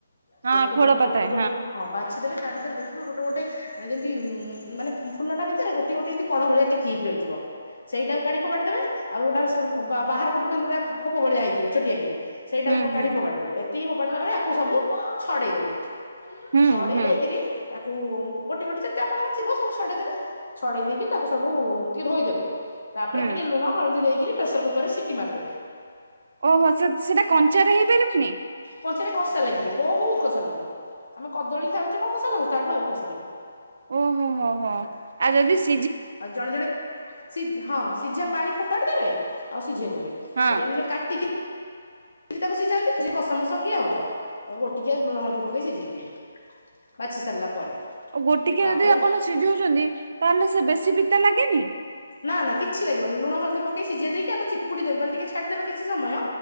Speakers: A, on the right; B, on the left.
A: ହଁ
B: ସେ ଫୁଲକୁ
A: ଖୋଳ ପତାଏ
B: ଗୋଟି ଗୋଟି ହଁ, ବାଛିଦେବେ ତା ଭିତରେ ଦେଖିବେ ଗୋଟେ ଗୋଟେ ଯେମିତି ଉ ମାନେ ଫୁଲଟା ଭିତରେ ଗୋଟେ ଗୋଟେ ଏମିତି କଢ଼ ଭଳିଆ ଟିକ କି ହେଇକି ରହିଥିବ, ସେଇଟାକୁ କାଢି ଫୋପାଡି ଦେବେ ଆଉ ଗୋଟା ବାହାର ପଟକୁ ଏମିତି ଗୋଟେ ଖୋପ ଭଳିଆ ହେଇଥିବ ଛୋଟିଆକିରି ସେଇଟା
A: ହୁଁ
B: କୁ
A: ହୁଁ
B: କାଢି ଫୋପାଡି ଦେବେ। ତିକି ଫୋପାଡିଲା ପରେ ଆକୁ ସବୁ ଛଡେଇଦେବେ,
A: ହୁଁ
B: ଛଡେଇ
A: ହୁଁ ହୁଁ
B: ଦେଇକିରି କୁ ଗୋଟି ଗୋଟି ଯେତେ ଆପଣଙ୍କର ଥିବ ସବୁ ଛଡେଇ ଦେବେ। ଛଡେଇ ଦେଇକି ତାକୁ ସବୁ ଟିକେ ଧୋଇଦେବେ ତାପରେ
A: ହୁଁ
B: ଟିକେ ଲୁଣ ହଳଦୀ ଦେଇକରି ପ୍ରେସର କୁକରରେ ସିଟି ମାରିଦେବେ।
A: ଓହୋ ସେ ସେଟା କଞ୍ଚା ରେ ହେଇପାରିବନି?
B: କଞ୍ଚାରେ କଷା ଲାଗିବ ବହୁତ କଷା ଲାଗିବ, ଆମେ କଦଳୀ ଖାଉଛେ କଣ କଷା ଲାଗୁଛ ତାଠୁ ଆହୁରି କଷା ଲାଗିବ।
A: ଓହୋ ହୋ, ହୋ,
B: ହେଲା
A: ଆଉ ଯଦି ସେ
B: ଆଉ ଜଣେ ଜଣେ ସି ହଁ ସିଝା ପାଣି ଫୋପାଡ଼ି ଦେବେ ଆଉ ସିଝେଇ ଦେବେ,
A: ହଁ
B: ଆଉ ଜଣେ ଜଣେ କାଟିିକି ତାକୁ ସିଝାନ୍ତି ସେ କସମସ କିଏ ହବ ଆଉ ଗୋଟିକିଆ ଲୁଣ, ହଳଦୀ ପକେଇ ସିଝେଇ ଦିଏ। ପାଚି ସାରିଲା ପରେ।
A: ଆଉ ଗୋଟିକିଆ
B: ତାପରେ
A: ଯଦି ଆପଣ ସିଝଉଛନ୍ତି ତାହେଲେ ସେ ବେଶୀ ପିତା ଲାଗେନି?
B: ନା, ନା କିଛି ଲାଗିବନି ଲୁଣ, ହଳଦୀ ପକେଇ ସିଝେଇ ଦେଇକି ଆକୁ ଚିପୁଡ଼ି ଦେବେ ମାନେ ଟିକେ ଛାଡିଦେବେ କିଛି ସମୟ